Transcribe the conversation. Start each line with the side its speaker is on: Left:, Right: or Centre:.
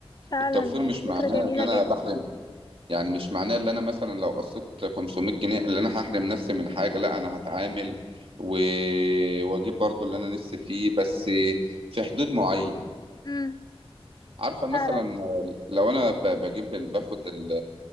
Left: فعلا
Right: التوفير
Left: يعني
Right: مش
Left: فكرة
Right: معناه
Left: جميلة
Right: ان انا
Left: جدا
Right: بحرم يعني مش معناه ان انا مثلا لو قصيت 500 جنيه اللي انا هحرم نفسي من حاجة لا انا هتعامل و... واجيب برضو اللي انا نفسي فيه بس في حدود معين
Left: امم
Right: عارفة مثلا
Left: فعلا
Right: لو أنا ب- بجيب ال- باخد ال-